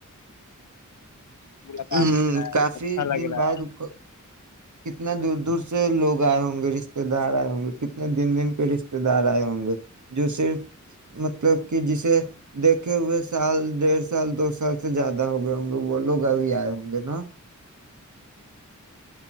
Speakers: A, on the left; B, on the right.
A: <inaudible>
B: ہ
A: ہو ہے
B: کافی
A: اچھا لگ
B: دن
A: رہا
B: بعد
A: ہے
B: کو کتنے دور دور سے لوگ آئے ہوں گے رشتے دار آئے ہوں گے کتنے دن دن کے رشتے دار آئے ہوں گے جو صرف مطلب کہ جسے دیکھے ہوئے سال ڈیھ سال دو سال سے زیادہ ہو گئے ہوں گے وہ لوگ ابھی آئے ہوں گے نا